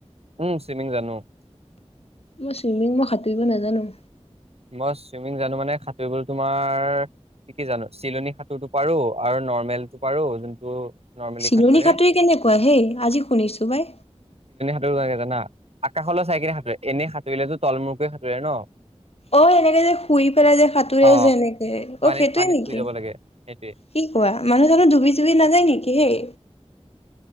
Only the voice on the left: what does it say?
মই চুইমিং, মই সাঁতুৰিব নাজানো।
চিলনী
সাঁতুৰি কেনেকুৱা হেই! আজি শুনিছো পাই।
অ এনেকে যে শুই পেলাই যে, সাঁতুৰে
যে এনেকে,
অ সেইটয়ে
নেকি,
কি কোৱা? মানুহ জানো ডুবি চুবি নাযায় নেকি হেই?